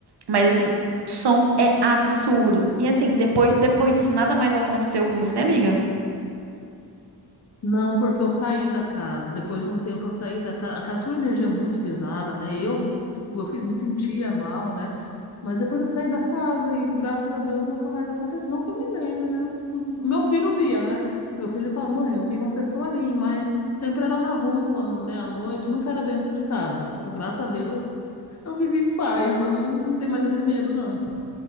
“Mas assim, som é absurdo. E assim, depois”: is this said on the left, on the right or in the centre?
Right